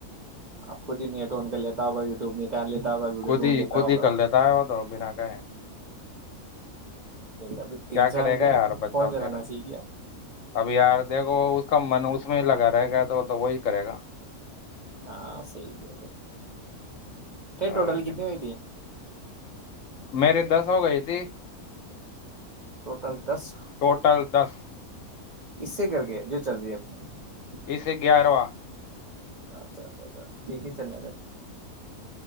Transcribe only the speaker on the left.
خود
ہی
خود
ہی کر لیتا ہے وہ تو بنا کہ
کیا
کرے گا
یار بچہ
پھر
اب یار دیکھو اس کا من اس میں لگا رہے گا تو تو وہی کرے گا
اور کیا
میری دس ہو گئی تھی
ٹوٹل دس
اسے گیارواں